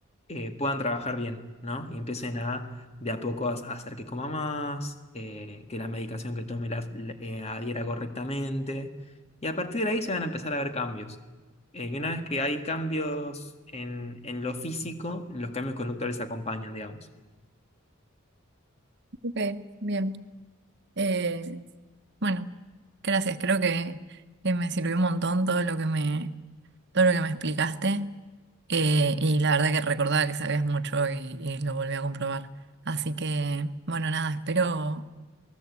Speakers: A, on the left (about 30°); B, on the right (about 55°).
A: eh, puedan trabajar bien, ¿no? Y empiecen a, de a poco, a a hacer que coma más, eh, que la medicación que tome la, la- eh, adhiera correctamente. Y a partir de ahí se van a empezar a ver cambios. Eh, y una vez que hay cambios en, en lo físico, los cambios conductuales acompañan, digamos.
B: Ok, bien. Eh, bueno, gracias. Creo que, que me sirvió un montón todo lo que me, todo lo que me explicaste. Eh, y la verdad que recordaba que sabías mucho y, y lo volví a comprobar. Así que, bueno, nada, espero.